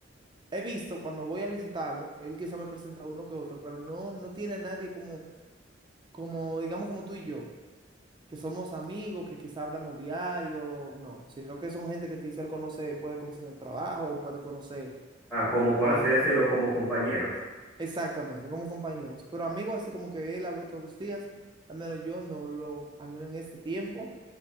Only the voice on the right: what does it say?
He visto cuando voy a visitarlo, él quizá me presenta uno que otro, pero no, no tiene a nadie como, como, digamos, como tú y yo. que somos amigos, que quizá hablamos diario, no, sino que son gente que quizá él conoce, puede conocer en el trabajo, o puede conocer
en,
exactamente, como compañeros, pero amigos así como que él hable todos los días, al menos yo no lo, al menos en este tiempo,